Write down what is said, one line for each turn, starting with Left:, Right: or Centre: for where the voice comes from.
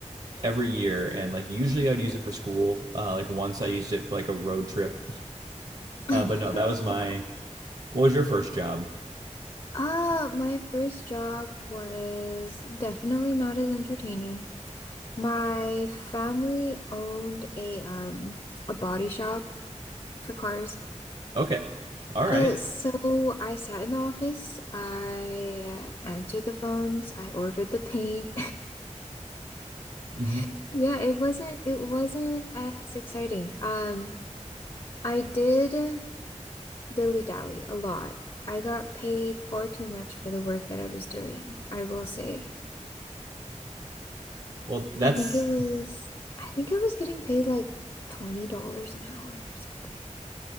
Right: every year. And like, usually I'd use it for school. Uh, like, once I used it for like a road trip.
Left: <laughs>
Right: Uh, but no, that was my, what was your first job?
Left: Uh, my first job was definitely not as entertaining. My family owned a um a body shop for cars.
Right: Okay. All
Left: Uh,
Right: right.
Left: so I sat in the office, I uh, answered the phones, I ordered the paint.
Right: Mm-hmm.
Left: <laughs> Yeah, it wasn't it wasn't as exciting. Um, I did dilly-dally a lot. I got paid far too much for the work that I was doing, I will say.
Right: Well, that's
Left: I think it was, I think I was getting paid like $20 an hour or something.